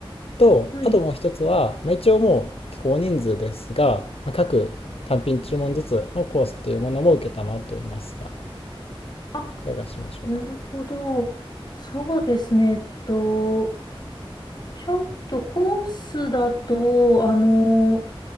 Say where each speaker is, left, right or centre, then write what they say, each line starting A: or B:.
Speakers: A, on the left; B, on the left.
A: とあともう一つは、
B: はい。
A: まあ、一応もう結構大人数ですが、まあ、各単品注文ずつのコースっていうものも承っておりますが
B: あ、
A: いかがしましょうかね
B: なるほど。そうですね。えっと、ちょっとコースだと、あの、